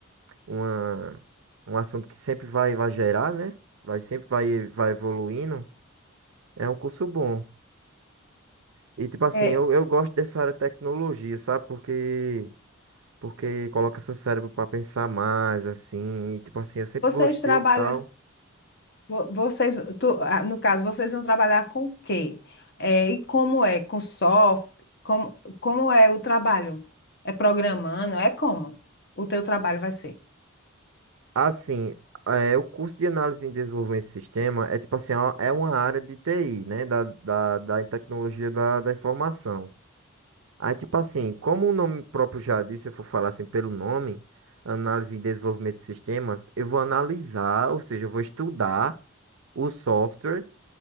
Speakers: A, on the right; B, on the left.
A: uma, um assunto que sempre vai, vai gerar, né? Vai, sempre vai, vai evoluindo. É um curso bom. E, tipo assim,
B: É,
A: eu, eu gosto dessa área de tecnologia, sabe? Porque Porque coloca seu cérebro pra pensar mais, assim, e tipo assim, eu sempre
B: vocês
A: gostei
B: trabalham,
A: e tal.
B: vo- vocês, tu- ah, no caso, vocês vão trabalhar com o quê? É, e como é? Com software? Como, como é o trabalho? É programando? É como o teu trabalho vai ser?
A: Assim, é, o curso de análise e desenvolvimento de sistema é tipo assim, ó, é uma área de TI, né? Da, da, da tecnologia da, da informação. Aí, tipo assim, como o nome próprio já disse, se eu for falar assim pelo nome, análise e desenvolvimento de sistemas, eu vou analisar, ou seja, eu vou estudar o software